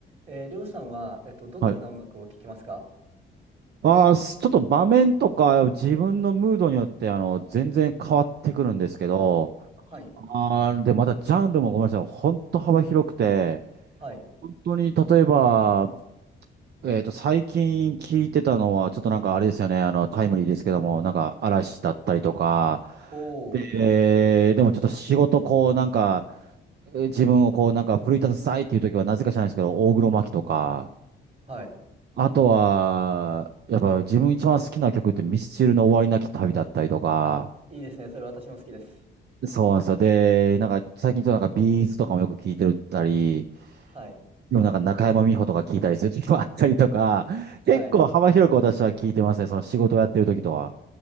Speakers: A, on the right; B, on the right.
A: えー、りょうさんは、えっと、どのような音楽を聴きますか
B: はい。ああ、すちょっと場面とか自分のムードによってあの全然変わってくるんですけど、
A: はい。
B: あーで、またジャンルもごめんなさい、本当幅広くて、
A: はい。
B: 本当に例えば、えっと、最近聞いてたのは、ちょっとなんかあれですよね、あの、タイムリーですけども、なんか嵐だったりとか、
A: おー、
B: で、でもちょっと仕事こうなんか、えー自分をこうなんか奮い立たせたいっていう時はなぜか知らないですけど、大黒摩季とか、
A: はい。
B: あとは、やっぱ自分一番好きな曲ってミスチルの終わりなき旅だったりとか、
A: あ、いいですね。それ私も好きです。
B: そうなんですよ。で、なんか最近ちょっとなんかビーズとかもよく聞いてるったり、
A: はい。
B: でもなんか中山美穂とか聞いたりする時もあったりとか、結構幅広く私は聞いてますね。
A: はい。
B: その仕事をやってる時とは。